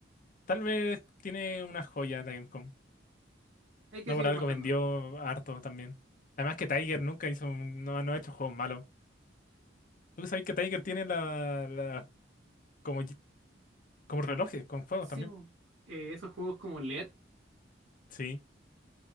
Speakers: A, on the left (about 45°); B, on the right (about 70°).
A: tal vez tiene una joya la Gamecom.
B: Hay que
A: No
B: seguir
A: por algo
B: bajando.
A: vendió harto también. Además que Tiger nunca hizo, un- no, no ha hecho juegos malos. Tú sabes que Tiger tiene la, la- como, y- como relojes con juegos
B: Sí,
A: también.
B: po. Eh, esos juegos como LED,
A: Sí.